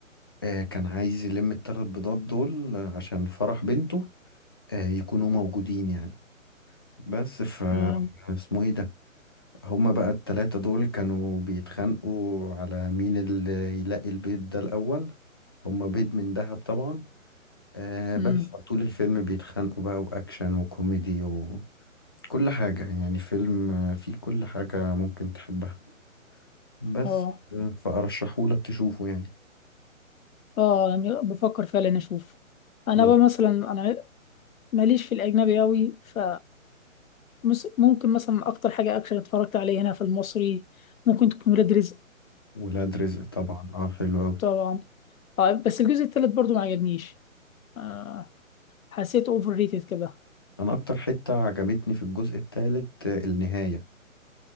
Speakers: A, on the left; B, on the left.
A: آه، كان عايز يلم الثلاث بيضات دول عشان فرح بنته آه، يكونوا موجودين يعني بس ف
B: تمام
A: اسمه ايه ده هما بقى التلاتة دول كانوا بيتخانقوا على مين اللي يلاقي البيض ده الأول هما بيض من دهب طبعا آه
B: امم
A: بس طول الفيلم بيتخانقوا بقى وأكشن وكوميدي وكل حاجة يعني فيلم فيه كل حاجة ممكن تحبها بس
B: اه
A: آه، فأرشحهولك تشوفه يعني
B: اه يعني بفكر فعلا اشوف انا
A: لا
B: بقى مثلا انا ماليش في الاجنبي قوي ف مس- ممكن مثلا اكتر حاجه اكشن اتفرجت عليها هنا في المصري ممكن تكون ولاد رزق
A: ولاد رزق طبعا اه حلو أوي
B: طبعا اه بس الجزء التالت برضو ما عجبنيش آه حسيت اوفر ريتد كده
A: أنا أكتر حتة عجبتني في الجزء التالت آه، النهاية